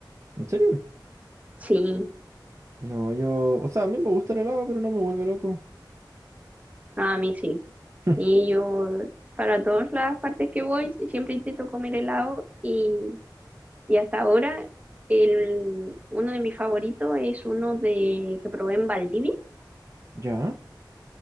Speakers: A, on the right; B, on the right.
A: ¿En serio?
B: Sí,
A: No, yo, o sea, a mí me gusta el helado, pero no me vuelve loco.
B: a mí sí.
A: <laughs>
B: Sí, yo para todas las partes que voy siempre intento comer helado y, y hasta ahora el, uno de mis favoritos es uno de que probé en Valdivia
A: ¿Ya?